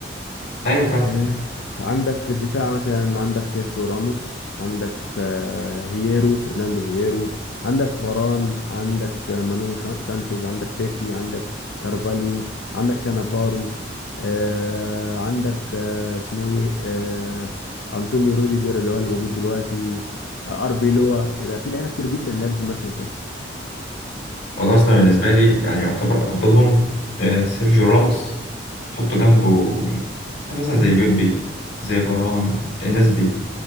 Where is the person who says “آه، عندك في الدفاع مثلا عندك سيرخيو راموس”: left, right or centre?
Left